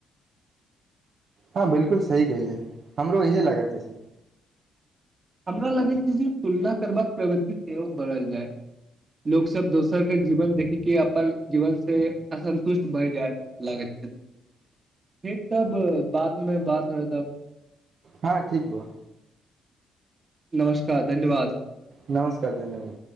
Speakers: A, on the right (about 60°); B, on the right (about 35°).
A: हँ बिलकुल सही कहलीअई हमरो सैएह लागत अछि
B: हमरा लगैइ छैइ जे तुलना करबाक प्रवृति सेहो बढ़ल जाय लोक सब दोसर के जीवन देखि के अपन जीवन से असन्तुष्ट भए जाय लागैत छथि ठीक तब बाद में बात होय तब
A: हां ठीक बा
B: नमस्कार धन्यवाद
A: नमस्कार धन्यवाद